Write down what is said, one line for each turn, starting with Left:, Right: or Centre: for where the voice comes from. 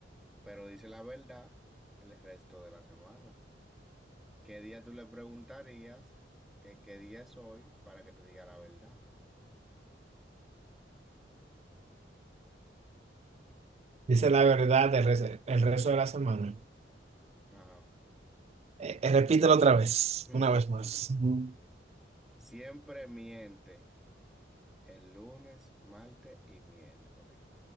Centre: pero dice la verdad el resto de la semana. ¿Qué día tú le preguntarías que qué día es hoy para que te diga la verdad?
Right: Dice la verdad el rezo, el rezo de la semana.
Centre: Ajá.
Right: Eh, eh, repítelo otra vez,
Centre: <laughs>
Right: una vez más. Mm.
Centre: Siempre miente el lunes, martes y miércoles,